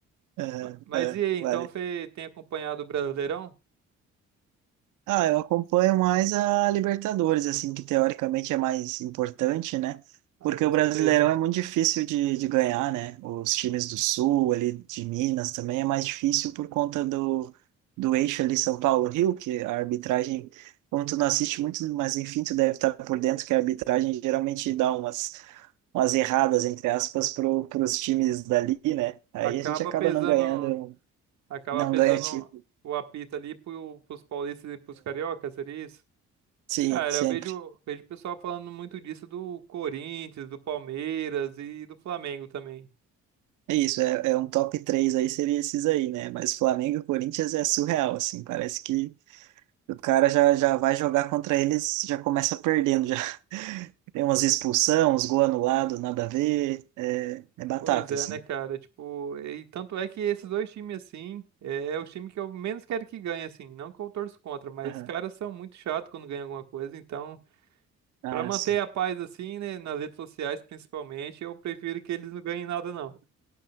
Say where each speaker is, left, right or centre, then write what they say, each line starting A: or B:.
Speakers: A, on the right; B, on the right.
A: Aham,
B: Ma- Mas
A: aham,
B: e aí, então
A: vale.
B: você tem acompanhado o Brasileirão?
A: Ah, eu acompanho mais a Libertadores, assim, que teoricamente é mais importante, né?
B: Ah,
A: Porque
B: com
A: o
B: certeza.
A: Brasileirão é muito difícil de, de ganhar, né? Os times do Sul, ali de Minas também é mais difícil por conta do, do eixo ali São Paulo-Rio, que a arbitragem, como tu não assiste muito, mas enfim, tu deve estar por dentro que a arbitragem geralmente dá umas, umas erradas, entre aspas, pro, pros times dali, né? Aí
B: Acaba
A: a gente acaba
B: pesando,
A: não ganhando,
B: acaba
A: não
B: pesando
A: ganha, tipo.
B: o apito ali pro, pros paulistas e pros cariocas, seria isso?
A: Sim,
B: Cara,
A: sempre.
B: eu vejo, vejo o pessoal falando muito disso do Corinthians, do Palmeiras e do Flamengo também.
A: É isso, é, é um top 3 aí, seria esses aí, né? Mas Flamengo e Corinthians é surreal, assim, parece que o cara já, já vai jogar contra eles, já começa perdendo, já <laughs> tem umas expulsão, uns gol anulado, nada a ver, é, é batata,
B: Pois é,
A: assim.
B: né, cara? Tipo, e tanto é que esses dois times, assim, é, é o time que eu menos quero que ganhe, assim. Não que eu torço contra, mas
A: Aham.
B: os caras são muito chatos quando ganham alguma coisa. Então,
A: Ah,
B: pra manter
A: sim.
B: a paz, assim, né, nas redes sociais, principalmente, eu prefiro que eles não ganhem nada, não.